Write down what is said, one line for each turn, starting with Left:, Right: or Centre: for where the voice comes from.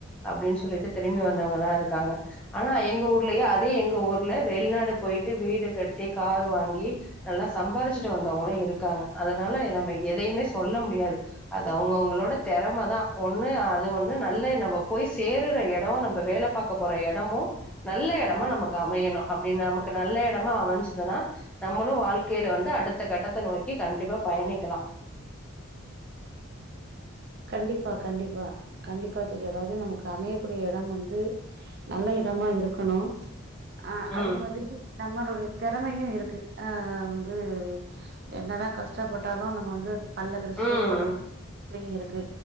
Centre: அப்டின் சொல்லிட்டு திரும்பி வந்தவங்க தா இருக்காங்க ஆனா எங்க ஊர்லயே அதே எங்க ஊர்ல வெளிநாடு போயிட்டு வீடு கட்டி காரு வாங்கி நல்லா சம்பாரிச்சிட்டு வந்தவங்களு இருக்காங்க அதனால நம்ம எதையுமே சொல்ல முடியாது அது அவுங்கவுங்களோட திறமைதா ஒண்ணு அது ஒண்ணு நல்ல நம்ம போய் சேருற எடோ நம்ம வேலை பாக்க போற எடமு நல்ல எடமா நமக்கு அமையணு அப்டி நமக்கு நல்ல எடமா அமைஞ்சதுன்னா நம்மளு வாழ்க்கேல வந்து அடுத்த கட்டத்தை நோக்கி கண்டிப்பா பயணிக்கலா
Right: கண்டிப்பா கண்டிப்பா கண்டிப்பா தோழி அதாவது நமக்கு அமையக்கூடிய எடம் வந்து நல்ல எடமா இருக்கணு ஆ அது
Centre: ம்
Right: மாதிரி நம்மளுடைய திறமையு இருக்கு ஆ வந்து என்னதா கஷ்டப்பட்டாலு நம்ம வந்து பல்ல கடிச்சிட்டு
Centre: ம்
Right: ஓட்ற திறமையு இருக் கு